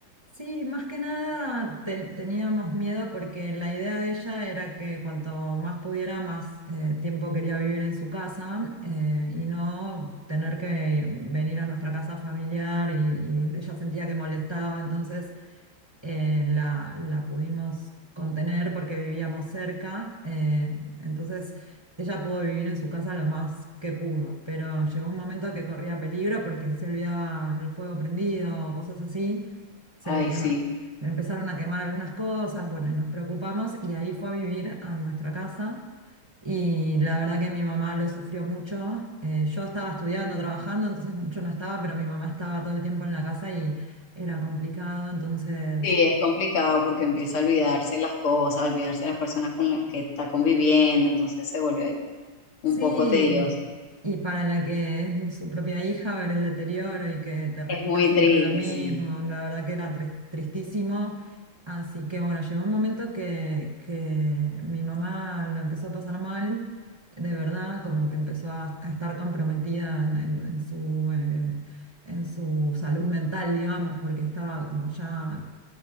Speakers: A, on the right (about 15°); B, on the left (about 75°).
A: sí, más que nada te- teníamos miedo porque la idea de ella era que cuanto más pudiera, más eh, tiempo quería vivir en su casa eh, y no tener que venir a nuestra casa familiar y y ella sentía que molestaba, entonces... eh, la, la pudimos contener porque vivíamos cerca, eh, entonces ella pudo vivir en su casa lo más que pudo, pero llegó un momento que corría peligro porque se olvidaba el fuego prendido, cosas así, se le
B: Ay,
A: quema-
B: sí.
A: le empezaron a quemar algunas cosas, bueno, y nos preocupamos y ahí fue a vivir a nuestra casa. Y la verdad que mi mamá lo sufrió mucho. Eh, yo estaba estudiando, trabajando, entonces mucho no estaba, pero mi mamá estaba todo el tiempo en la casa y era complicado. Entonces
B: Sí, es complicado porque empieza a olvidarse las cosas, a olvidarse las personas con las que está conviviendo, entonces se vuelve
A: Sí,
B: un poco tedioso.
A: y para la que es su propia hija, ver el deterioro y que te repita
B: Es muy
A: siempre
B: triste,
A: lo mismo,
B: sí.
A: la verdad que era tris- tristísimo. Así que bueno, llegó un momento que, que mi mamá la empezó a pasar mal, de verdad, como que empezó a, a estar comprometida en, en- en su, eh, en su salud mental, digamos, porque estaba como ya,